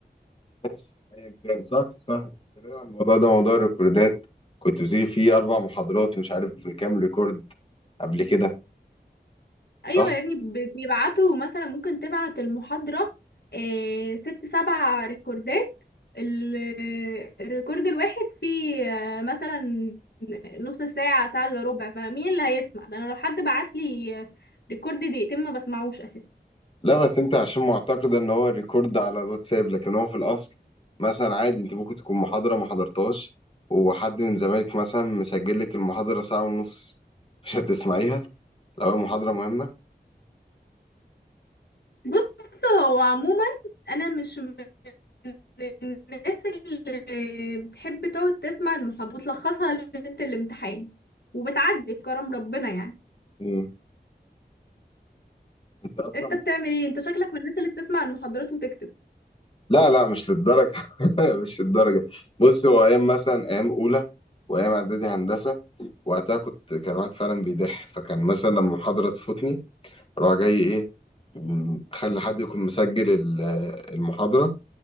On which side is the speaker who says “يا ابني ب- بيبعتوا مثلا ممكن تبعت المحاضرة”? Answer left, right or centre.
Left